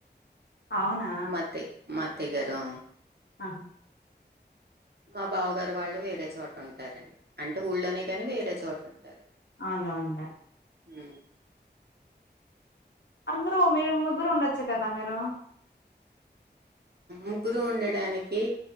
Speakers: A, on the left; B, on the right.
A: అవునా?
B: మత్తె మా అత్తెగారూ
A: ఆహ
B: మా బావగారు వాళ్ళు వేరే చోటుంటారండి అంటే ఊళ్లోనే కానీ వేరే చోటుంటారు
A: అవ్నవున్లే
B: ఉ
A: అందరూ మీరు ముగ్గురు ఉండొచ్చు కదా మీరూ
B: ముగ్గురూ ఉండడానికీ